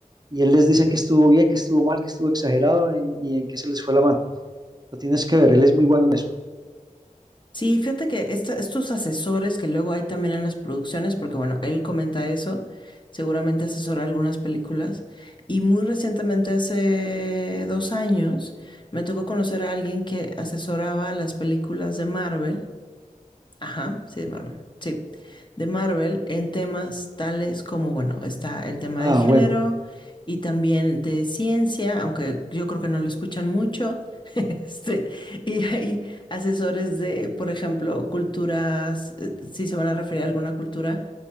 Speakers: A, on the right; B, on the left.
A: y él les dice que estuvo bien, que estuvo mal, que estuvo exagerado en- y en qué se les fue la mano. Lo tienes que ver, él es muy bueno en eso.
B: Sí, fíjate que esta- estos asesores que luego hay también en las producciones, porque bueno, él comenta eso, seguramente asesora algunas películas, y muy recientemente, hace dos años, me tocó conocer a alguien que asesoraba las películas de Marvel, Ajá, sí, de Marvel. Sí, de Marvel en temas tales como, bueno, está el tema
A: Ah,
B: de género
A: bueno,
B: y también de ciencia, aunque yo creo que no lo escuchan mucho. <laughs> Este, y hay asesores de, por ejemplo, culturas, eh, si se van a referir a alguna cultura